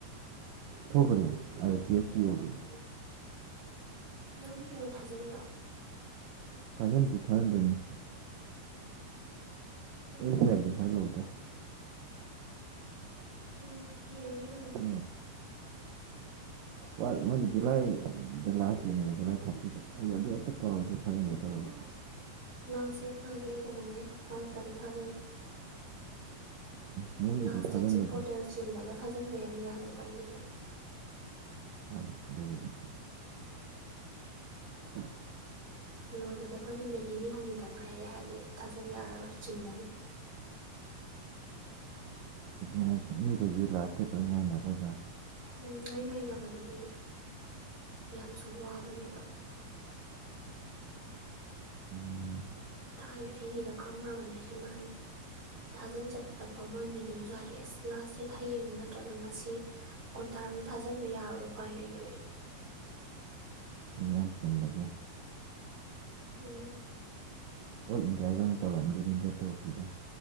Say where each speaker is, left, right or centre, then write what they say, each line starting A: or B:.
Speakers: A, on the right; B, on the right.
A: ꯊꯣꯛꯈꯔꯦ I P S P ꯑꯣꯏꯗꯤ
B: ꯅꯪ ꯄꯤꯌꯣ ꯊꯥꯖꯟꯕ꯭ꯔꯣ
A: ꯊꯥꯎꯖꯟ ꯇꯔꯤ ꯊꯥꯎꯖꯟ ꯇꯅ ꯑꯦꯜ ꯍꯥꯏꯦ ꯁ ꯅꯣ꯭ꯔꯔꯤ
B: ꯎ ꯍ ꯑꯣꯏ
A: ꯑ
B: <unintelligible>
A: ꯋꯥꯠ ꯃꯣꯏꯗꯤ ꯖꯨꯂꯥꯏꯗ ꯂꯥꯛꯥꯁꯇꯦꯅꯤꯗ ꯖꯨꯂꯥꯏ ꯊꯥꯔꯇꯤꯗ ꯑꯩꯗ ꯑꯗꯨ ꯍꯦꯛꯇ ꯀꯥꯎꯋꯦ ꯑꯗꯨꯝ ꯊꯖꯤꯟꯒꯦ ꯇꯧꯔꯒ
B: ꯂꯥꯁ ꯗꯦꯠ ꯉ ꯍꯥꯏ ꯂꯩꯒꯅꯨꯍ ꯃꯔꯛꯇ ꯑꯗꯨꯝ ꯊꯥꯖꯜꯂꯣ
A: ꯎꯝ ꯃꯣꯏꯒꯤꯁꯨ
B: ꯂꯥꯁ ꯗꯦꯠꯁꯦ
A: ꯊꯥꯖꯤꯟꯕꯁꯦ
B: ꯄꯣꯔꯇꯦꯜ ꯆꯤꯜꯂꯒ ꯊꯥꯖꯤꯟꯕ ꯌꯥꯝ ꯌꯥꯅꯗꯕꯅꯦꯕ
A: ꯍꯣꯏ ꯑꯗꯨꯕꯨꯗꯤ ꯎ
B: ꯂꯣꯏꯒꯗꯕ ꯅꯨꯃꯤꯠ ꯅꯤꯅꯤ ꯍꯨꯝꯅꯤꯗꯪ ꯉꯥꯏꯔꯦ ꯍꯥꯏꯔꯗꯤ ꯊꯥꯖꯟ ꯌꯥꯔꯔꯣꯏ ꯆꯤꯜꯂꯅꯤ
A: ꯗꯨꯅꯦꯍꯥꯏꯖꯦ ꯃꯤꯒꯩꯖꯦ ꯂꯥꯁ ꯗꯦꯠ ꯂꯣꯏ ꯉꯥꯏꯅꯕꯖꯥꯠꯅꯦ
B: ꯎꯝ ꯂꯣꯏ ꯉꯥꯏꯅꯕꯅꯦ ꯑꯗꯨꯏꯅꯦ ꯌꯥꯝꯁꯨ ꯋꯥꯕꯅꯦꯕ
A: ꯎꯝ
B: ꯊꯥꯏꯅ ꯑꯩꯒꯤꯗ ꯈꯪꯒ꯭ꯔꯕꯅꯦ ꯁꯤꯃ ꯑꯩꯅ ꯊꯥꯖꯟ ꯆꯠꯄꯗꯀꯣ ꯃꯣꯏ ꯃꯤꯗꯨꯅꯁꯨ ꯍꯥꯏꯔꯛꯑꯦ ꯑꯁ ꯂꯥꯁ ꯗꯦꯠ ꯍꯌꯦꯡ ꯅꯠꯇ꯭ꯔꯒ ꯉꯁꯤ ꯑꯣꯏꯇꯥꯔꯒꯗꯤ ꯊꯥꯖꯟꯕ ꯌꯥꯔꯣꯏ ꯎꯄꯥꯏ ꯂꯩꯔꯣꯏꯌꯦ
A: ꯃꯤꯌꯥꯝ ꯆꯤꯟꯕꯒꯤ
B: ꯎꯝ
A: ꯑꯣꯜ ꯏꯟꯗꯤꯌꯥꯒꯤ ꯑꯣꯏꯅ ꯇꯧꯔꯝꯗꯣꯏꯅꯤꯗꯣ ꯇꯧꯗ꯭ꯔꯤꯗꯣ